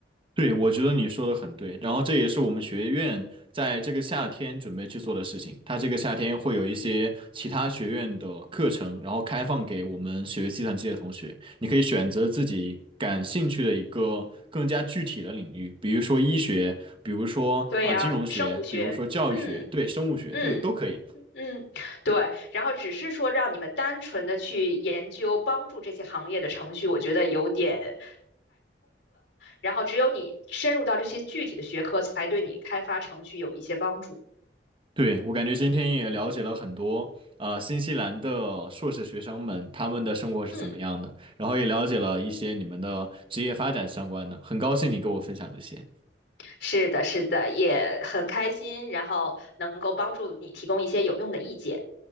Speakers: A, on the right; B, on the left.
A: 对，我觉得你说的很对，然后这也是我们学院在这个夏天准备去做的事情。它这个夏天会有一些其他学院的课程，然后开放给我们学计算机的同学，你可以选择自己感兴趣的一个更加具体的领域，比如说医学，比如说啊、
B: 对呀，
A: 金融学，
B: 生物学，
A: 比如说教育学，
B: 嗯
A: 对，生物学，
B: 嗯
A: 对，都可以。
B: 嗯，对。然后只是说让你们单纯的去研究帮助这些行业的程序，我觉得有点。然后只有你深入到这些具体的学科，才对你开发程序有一些帮助。
A: 对，我感觉今天也了解了很多，呃，新西兰的硕士学生们他们的生活是怎么样的，
B: 嗯，
A: 然后也了解了一些你们的职业发展相关的，很高兴你跟我分享这些。
B: 是的，是的，也很开心，然后能够帮助你提供一些有用的意见。